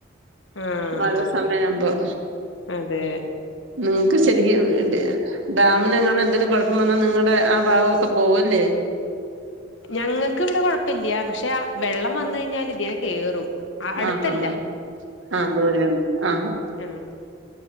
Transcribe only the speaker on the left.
ആഹ്
അതെ
ഞങ്ങൾക്ക് ഇവിടെ കുഴപ്പമില്യ പക്ഷെവെള്ളം വന്നു കഴിഞ്ഞാൽ വേഗം കേറും അടുത്തല്ല
ആഹ്